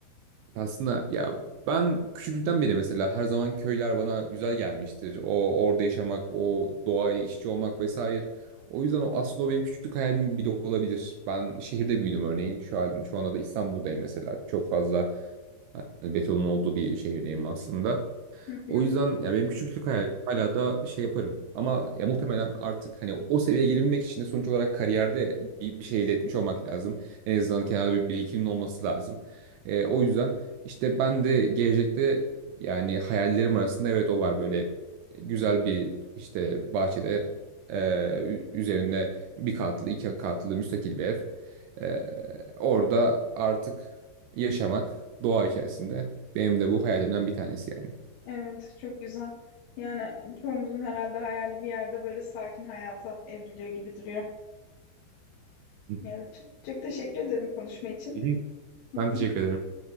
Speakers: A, on the right; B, on the left.
A: Aslında ya ben küçüklükten beri mesela her zaman köyler bana güzel gelmiştir. O orada yaşamak, o doğayla iç içe olmak vesaire. O yüzden o, aslında o benim küçüklük hayalim bile olabilir. Ben şehirde büyüdüm örneğin. Şu an, şu anda da İstanbul'dayım mesela. Çok fazla hani betonun olduğu bir şehirdeyim aslında.
B: Hı hı.
A: O yüzden ya benim küçüklük hayalim hala da şey yaparım. Ama ya muhtemelen artık hani o seviyeye gelebilmek için de sonuç olarak kariyerde bir, bir şey elde etmiş olmak lazım. En azından kenarda bir birikimin olması lazım. Ee, o yüzden işte ben de gelecekte yani hayallerim arasında evet o var böyle güzel bir işte bahçede e, ü- üzerinde bir katlı iki katlı müstakil bir ev. Ee, orada artık yaşamak doğa içerisinde benim de bu hayalimden bir tanesi yani.
B: Evet, çok güzel. Yani çoğumuzun herhalde hayali bir yerde böyle sakin hayata evriliyor gibi duruyor.
A: Hı
B: Evet, çok, çok teşekkür ederim konuşma için.
A: hı.
B: Hı
A: Ben teşekkür
B: hı.
A: ederim.